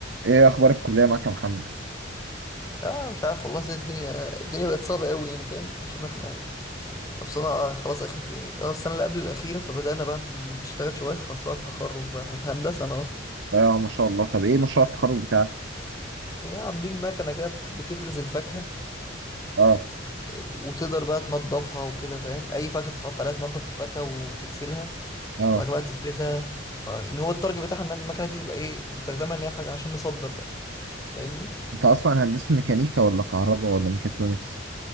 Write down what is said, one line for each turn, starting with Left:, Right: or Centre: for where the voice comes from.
Right: ايه اخبار الكليه معاك يا محمد
Left: اه مش عارف والله سيد الدنيا الدنيا بقت صعبة قوي يعني فاهم عشان احنا نفسنا خلاص اخر سنين اه السنة اللي قبل الأخيرة فبدأنا بقى نشتغل شوية في مشروع التخرج بقى احنا في هندسة انا اصلا
Right: اه ما شاء الله طب ايه مشروع التخرج بتاعك
Left: هي عاملين مكنة كده بتفرز الفاكهة
Right: اه
Left: وتقدر بقى تنضفها وكده فاهم اي فاكهة تتحط عليها تنضف الفاكهة وتغسلها
Right: اه
Left: وبعد كده بقى تفرزها فان هو التارجت بتاعها ان المكنة دي تبقى ايه مستخدمة ان هي حاجة عشان نصدر بقى فاهمني
Right: انت اصلا هندسه ميكانيكا ولا كهرباء ولا ميكاترونكس